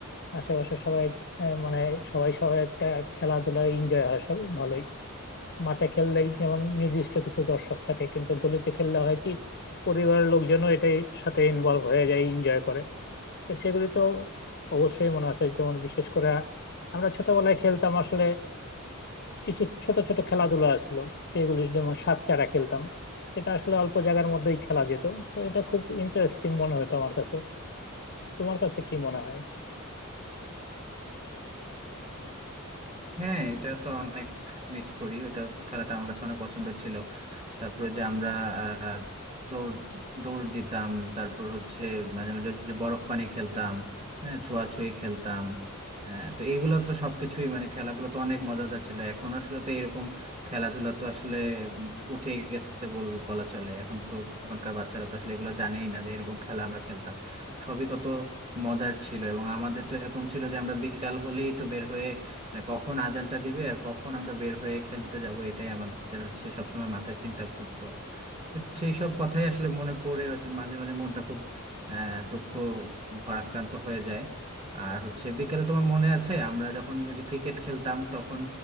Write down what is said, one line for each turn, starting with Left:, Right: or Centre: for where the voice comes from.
Left: আশেপাশে সবাই আহ, মানে সবাই সবাই একটা খেলাধুলার এনজয় হয় সব ভালোই মাঠে খেললে যেমন নির্দিষ্ট কিছু দর্শক থাকে কিন্তু গলিতে খেললে হয় কি পরিবারের লোকজনও এটাই সাথে ইনভলভ হয়ে যায় এনজয় করে তো সেগুলি তো অবশ্যই মনে আছে যেমন বিশেষ করে আমরা ছোটবেলায় খেলতাম আসলে কিছু ছোট ছোট খেলাধুলা আসলো সেগুলো যেমন সাপ চাড়া খেলতাম সেটা আসলে অল্প জায়গার মধ্যেই খেলা যেত তো এটা খুব ইন্টারেস্টিং মনে হতো আমার কাছে তোমার কাছে কি মনে হয়
Right: হ্যাঁ এটা তো অনেক মিস করি ওটা খেলাটা আমার কাছে অনেক পছন্দের ছিল তারপরে যে আমরা আহ, দৌড় দৌড় দিতাম তারপর হচ্ছে মাঝে মাঝে ওই যে বরফ পানি খেলতাম হ্যাঁ ছোঁয়াছুঁয়ি খেলতাম আহ, তো এইগুলো তো সবকিছুই মানে খেলাগুলো তো অনেক মজাদার ছিল এখন আসলে তো এরকম খেলাধুলা তো আসলে উঠে গেছে বল- বলা চলে এখন তো এখনকার বাচ্চারা তো আসলে এগুলো জানেই না যে এরকম খেলা আমরা খেলতাম সবই কত মজার ছিল এবং আমাদের তো এরকম ছিল যে আমরা বিকাল হলেই তো বের হয়ে মানে কখন আজানটা দিবে আর কখন আমরা বের হয়ে খেলতে যাব এটাই আমাদের হচ্ছে সবসময় মাথায় চিন্তা ঘুরতো তো সেই সব কথাই আসলে মনে পড়ে হচ্ছে মাঝে মাঝে মনটা খুব আহ, দুঃখ ভারাক্রান্ত হয়ে যায় আর হচ্ছে বিকেলে তোমার মনে আছে আমরা যখন ওই যে ক্রিকেট খেলতাম তখন